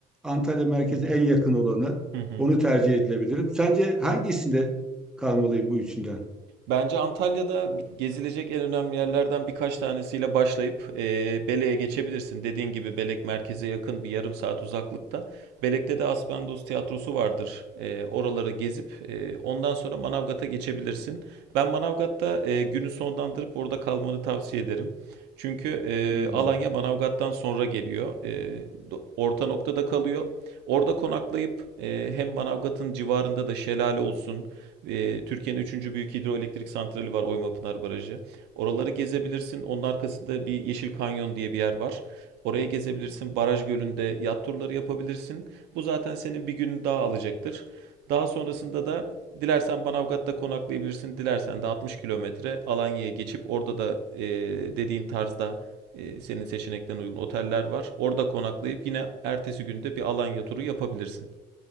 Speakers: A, in the centre; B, on the right (about 80°).
A: Antalya merkeze
B: Hı hı.
A: en yakın olanı.
B: Hı hı.
A: Onu tercih edilebilir. Sence hangisinde kalmalıyım bu üçünden?
B: Bence Antalya'da gezilecek en önemli yerlerden birkaç tanesiyle başlayıp e, Belek'e geçebilirsin. Dediğin gibi Belek merkeze yakın bir yarım saat uzaklıkta. Belek'te de Aspendos Tiyatrosu vardır. E, oraları gezip e, ondan sonra Manavgat'a geçebilirsin. Ben Manavgat'ta e, günü sonlandırıp orada kalmanı tavsiye ederim. Çünkü e,
A: Hmm.
B: Alanya Manavgat'tan sonra geliyor. E, do- orta noktada kalıyor. Orada konaklayıp e, hem Manavgat'ın civarında da şelale olsun e, Türkiye'nin üçüncü büyük hidroelektrik santrali var Oymapınar Barajı. Oraları gezebilirsin. Onun arkasında bir Yeşil Kanyon diye bir yer var. Orayı gezebilirsin. Baraj gölünde yat turları yapabilirsin. Bu zaten senin bir gününü daha alacaktır. Daha sonrasında da dilersen Manavgat'ta konaklayabilirsin. Dilersen de 60 kilometre Alanya'ya geçip orada da e, dediğin tarzda e, senin seçeneklerine uygun oteller var. Orada konaklayıp yine ertesi günde bir Alanya turu yapabilirsin.